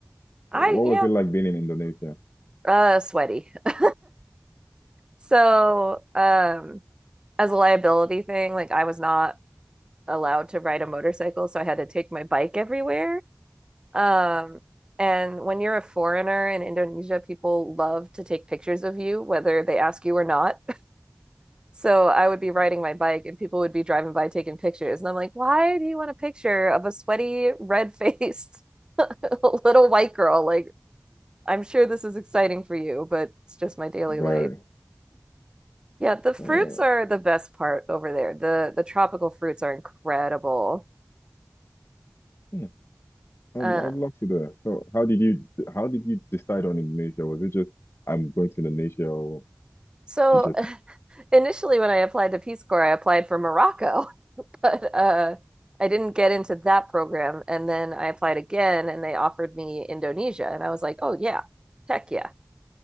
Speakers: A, on the right; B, on the left.
A: I
B: What
A: yeah,
B: was it like being in Indonesia?
A: uh, sweaty. <laughs> So, um, as a liability thing, like I was not allowed to ride a motorcycle, so I had to take my bike everywhere. Um, and when you're a foreigner in Indonesia, people love to take pictures of you, whether they ask you or not. <laughs> So I would be riding my bike and people would be driving by taking pictures. And I'm like, why do you want a picture of a sweaty, red faced <laughs> little white girl? Like, I'm sure this is exciting for you, but it's just my daily
B: <laughs> Very.
A: life. Yeah, the fruits
B: Uh,
A: are the best part over there. The the tropical fruits are incredible.
B: hmm. I'd,
A: Uh,
B: I'd love to do that. So how did you how did you decide on Indonesia? Was it just I'm going to Indonesia or
A: so
B: you just
A: <laughs> initially when I applied to Peace Corps, I applied for Morocco, <laughs> but uh, I didn't get into that program. And then I applied again and they offered me Indonesia. And I was like, oh yeah, heck yeah.